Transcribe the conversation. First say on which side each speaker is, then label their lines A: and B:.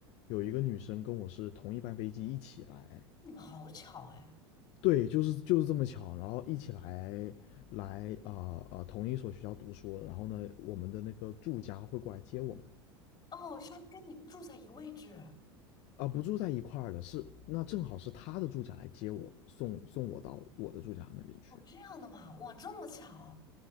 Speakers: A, on the left; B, on the left.
A: 有一个女生跟我是同一班飞机一起来，
B: 你们好巧哎！
A: 对，就是就是这么巧，然后一起来来啊啊、呃呃、同一所学校读书，然后呢我们的那个住家会过来接我们。
B: 哦，是跟你住在一个位置
A: 啊，不住在一块儿了，是那正好是他的住家来接我，送送我到我的住家那边去。
B: 哦，这样的嘛？哇，这么巧！